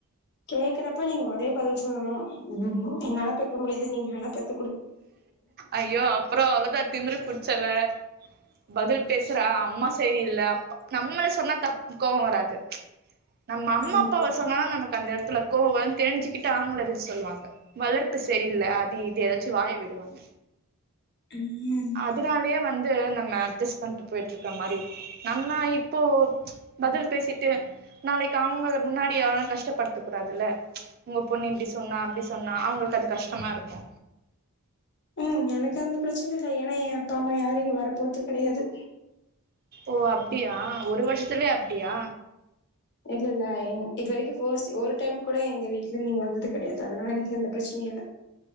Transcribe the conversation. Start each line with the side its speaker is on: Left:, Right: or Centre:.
Left: கேக்குறப்ப நீங்க ஒரே பதில் சொல்லணு என்னால பெக்க முடியாது நீங்க வேனா பெத்
Right: ஐயோ அப்ரோ அவ்ளோதா திமிரு புச்சவ பதில் பேசுறா அம்மா சரியில்ல அப் நம்மள சொன்னா தப் கோவ வராது நம்ம அம்மா
Left: ம்
Right: அப்பாவ சொன்னா தா நமக் அந்த எடத்துல கோவ வருன் தெரிஞ்சிகிட் அவங்கள எ சொல்லுவாங்க வளர்ப்பு சரியில்ல அது இது ஏதாச்சு வாய விடுவாங்க
Left: ம்
Right: அதனாலயே வந்து நம்ம அட்ஜஸ்ட் பண்ணிட் போயிட் இருக்க மாரி இருக்கு நம்ம இப்போ பதில் பேசிட்டு நாளைக் அவங்கள முன்னாடி யாரும் கஷ்டப்படுத்த கூடாதில்ல உங்க பொண்ணு இப்படி சொன்னா அப்டி சொன்னா அவங்களுக்கு அது கஷ்டமா இருக்கு
Left: ம் எனக்கு அந்த பிரச்சன இல்லை ஏனா ஏ அப்பா அம்மா யாரு இங்க வர போறது கடையாது
Right: ஓ அப்டியா ஒரு வருஷத்துலயே அப்டியா
Left: இல்லல்ல எங் இது வரைக்கு ஃபோஸ் ஒரு டைம் கூட எங்க வீட் இல்ல நீங்க வந்தது கடையாதா எனக் எந்த பிரச்சனையு இல்ல